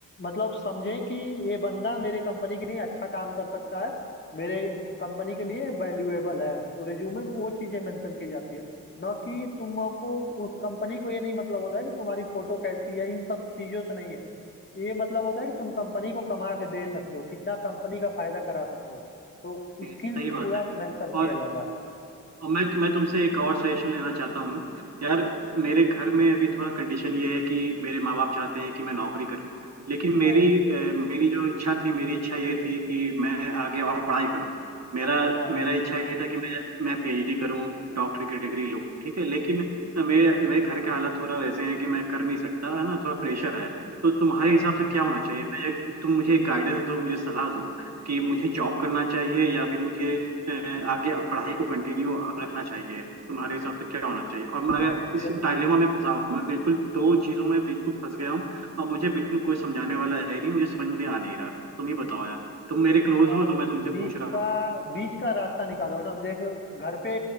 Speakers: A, on the left; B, on the right.
A: मतलब समझे कि ये बंदा मेरे कंपनी के लिए अच्छा काम कर सकता है मेरे कंपनी के लिए वैल्यूएबल है तो रिज्यूमे में वो चीज़ें मेंशन की जाती है ना कि तुमको उस कंपनी को ये नहीं मतलब होता है कि तुम्हारी फोटो कैसी है इन सब चीज़ों से नहीं है ये मतलब होता है कि तुम कंपनी को कमा के दे सकते हो कितना कंपनी का फायदा करा सकते हो तो
B: ये
A: स्किल्स
B: सही
A: पे
B: बात
A: पूरा
B: है
A: मेंशन किया
B: और
A: जाता है
B: और मैं मैं तुमसे एक और सजेशन लेना चाहता हूँ यार मेरे घर में अभी थोड़ा कंडीशन ये है कि मेरे माँ बाप चाहते हैं कि मैं नौकरी करूँ लेकिन मेरी
A: हाँ
B: अ, मेरी जो इच्छा थी मेरी इच्छा ये थी कि मैं आगे और पढ़ाई करूँ मेरा
A: हाँ
B: मेरा इच्छा ये था कि मैं मैं पीएचडी करूँ डॉक्टर की डिग्री लूँ ठीक है लेकिन मेरे मेरे घर के हालात थोड़ा वैसे हैं कि मैं कर नहीं सकता है ना थोड़ा प्रेशर है तो तुम्हारे
A: हाँ
B: हिसाब से क्या होना चाहिए मैं एक तुम मुझे एक गाइडेंस दो मुझे सलाह दो कि मुझे जॉब करना चाहिए या फिर मुझे अ, आगे पढ़ाई को कंटिन्यू रखना चाहिए तुम्हारे हिसाब से क्या होना चाहिए और मैं इस
A: देखो
B: डायलेमा में फंसा हुआ हूँ मैं बिल्कुल दो चीजों में बिल्कुल फंस गया हूँ और मुझे बिल्कुल कोई समझाने वाला है नहीं मुझे समझ में आ नहीं रहा तुम ही बताओ यार तुम मेरे क्लोज
A: यार
B: हो तो मैं तुमसे पूछ
A: बीच
B: रहा हूँ
A: का बीच का रास्ता निकालो ना देखो घर पे